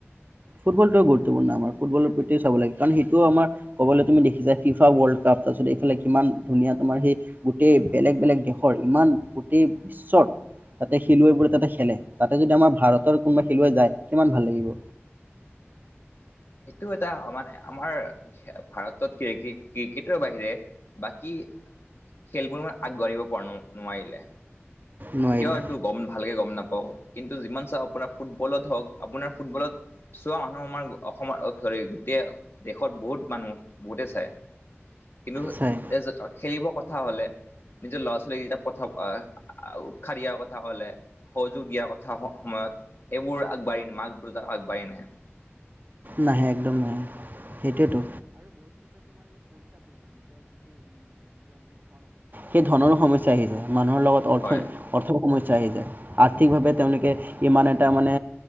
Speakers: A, on the right; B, on the left.
A: ফুটবলটোও গুৰুতপূৰ্ণ আমাৰ, ফুটবৰ প্ৰতিও চাব লাগে কাৰণ সেইটোও আমাৰ কবলৈ তুমি দেখিবা ফিফা ৱৰ্ল্ড কাপ তাৰপিছত এইফালে কিমান ধুনীয়া তোমাৰ সেই গোটেই বেলেগ বেলেগ দেশৰ ইমান গোটেই বিশ্বৰ তাতে খেলুৱৈবোৰে তাতে খেলে, তাতে যদি আমাৰ ভাৰতৰ কোনোবা খেলুৱৈ যায় কিমান ভাল লাগিব।
B: <inaudible> এইটো এটা মানে আমাৰ ভাৰতত কি কিক কিক ক্ৰিকেটৰ বাহিৰে বাকী খেলবোৰ আগবাঢ়িব পৰা ন - নোৱাৰিলে।
A: নোৱাৰিলে
B: কিয় এইটো গম ভালকে গম নাপ ও কিন্তু যিমান চাও আপোনাৰ ফুটবলত হওক আপোনাৰ ফুটবলত চোৱা মানুহ আমাৰ অসমৰ <unintelligible> <unintelligible> গোটেই দেশত বহুত মানুহ বহুতে চাই। কিন্তু <unintelligible>
A: চাই
B: খেলিব কথা হ'লে নিজৰ ল'ৰা ছোৱালী যেতিয়া পঠা <unintelligible> শিক্ষা দিয়াৰ কথা কলে, সহযোগ দিয়াৰ কথা স - সময়ত এইবোৰ আগবাঢ়ি মাক দেউতাক আগবাঢ়ি নাহে। <inaudible>
A: নাহে একদম নাহে। সেইটোৱেতো। সেই ধনৰো সমস্যা আহি যায় মানুহৰ লগত অৰ্থ
B: হয়
A: - অৰ্থৰ সমস্যা চা আহি যায়, আৰ্থিকভাৱে তেওঁলোকে ইমান এটা মানে